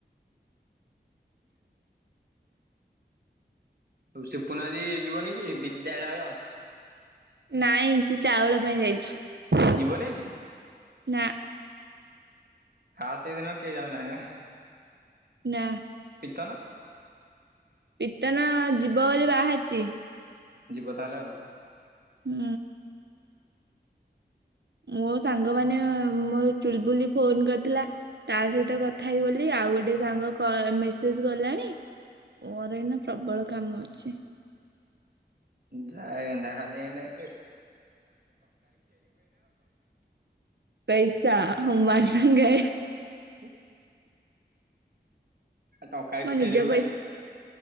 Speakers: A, on the right; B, on the right.
A: ହୋଉ ସିପୁନ ଆଜି ଯିବ ନାଇଁ କି ବିଦ୍ୟାଳୟ?
B: ନାଇଁ ସେ ଚାଉଳ ପାଇଁ ଯାଇଛି।
A: ଯିବନି ଆଜି?
B: ନା।
A: ଫାଷ୍ଟେ ଦିନ କେହି ଯାଉ ନାହାନ୍ତି ନା?
B: ନା।
A: ପିତନ?
B: ପିତନ ଯିବ ବୋଲି ବାହାରିଛି।
A: ଯିବ ତାହେଲେ ଆଉ।
B: ହୁଁ। ମୋ ସାଙ୍ଗ ମାନେ ମୋ ଚୁଲବୁଲି ଫୋନ୍ କରିଥିଲା। ତା ସହିତ କଥା ହେବି ବୋଲି ଆଉ ଗୋଟେ ସାଙ୍ଗ କ ଏ ମେସେଜ ଗଲାଣି। ମୋର ଏଇନା ପ୍ରବଳ କାମ ଅଛି।
A: !!!!!!!!!!
B: ପଇସା ହାଃ ହମ୍ ମାଗେଙ୍ଗେ।
A: ଉଁ। ଟଙ୍କାରେ
B: ମୋ
A: ଖେଳିବୁ
B: ନିଜ ପଇସା
A: ଖାଲି